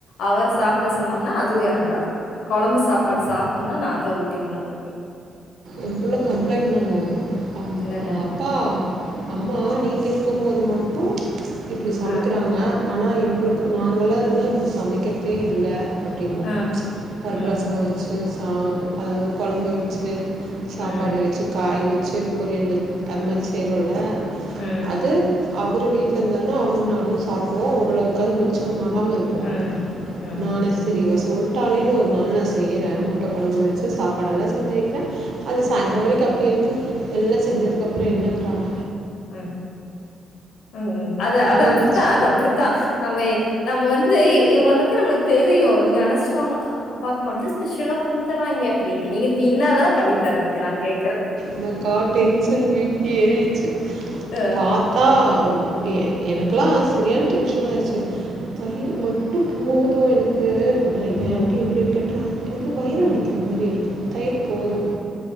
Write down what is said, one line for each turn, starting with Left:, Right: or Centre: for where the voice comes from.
Left: அவர சாப்பட சொன்னோம்னா அதுவும் இறங்காது குழம்பு சாப்பாடு சாப்பணும்னா நான் நான் தா ஊட்டி விடனும் அவனுக்கு
Right: என்புள்ள கம்ப்ளைன்ட் பண்ணுவா ம்
Left: என்னென்ன
Right: அப்பா அம்மா நீங்க சுத்தபோது மா இப்போ இப்படி சமைக்கிறாங்க
Left: ஆ
Right: ஆனா எங்களுக்கு வாங்கலாம இருந்தால் எங்களுக்கு சமைக்கிறதே இல்ல அப்டிங்க
Left: ஆ
Right: பருப்புரசம்
Left: ம்
Right: வச்சு சா அதாவது கொழம்பு வச்சு சாப்பாடு
Left: ம்
Right: வேச்சு காய் வேச்சு பொரியல்கள் அது மாரி செய்றோல்ல
Left: ம்
Right: அது அவர் வீட்டில் இருந்தாருனா அவர் நானும் சாப்டுவோம் ஓரளவுக்கு அது மிச்சமாக இருக்கும்
Left: ம் ம் ம்
Right: நானே சரி வச சொல்ட்டாளேன்னு ஒரு நாள் நா செ செய்யறேன் முட்டை கொழம்பு வச்சு சாப்பாடல்ல செஞ்சுருக்க அது சாயந்தரம் வரைக்கும் அப்படியே இருக்குது எல்லாம் செஞ்சதுக்குப்புறம் என்னங்கிறாங்க
Left: உம் உம் உம் அது அது
Right: அப்படின்ட்டுச்சு
Left: அப்பிடித்தா அது அப்பிடித்தா நம்ம நம்ம வந்து இ இவங்கள பத் க்கு நம்மளுக்கு தெரியு இவங்க நெனைச்சிட்டாங்க அப்பாக்கு மட்டும் ஸ்பெஷலா பண்ணி தறாங்கே அப்டின்னு நீங்க தின்னாதான பண்ணி தரறதுக்கு நான் கே
Right: எனக்கா டென்ஷன் பி பி எறிருச்சு
Left: அ.
Right: பாத்தா எ எனக்கெலா அது சரியான டென்ஷன் ஆயிருச்சு தயிர் மட்டு போது எனக்கு அப்பற
Left: ம்.
Right: ஏன்ட்டி அப்படின்னு கேட்டால் எனக்கு வயிறு
Left: ம்.
Right: வலிக்கிற மாதிரி இருக்கும் தயிர் போதும்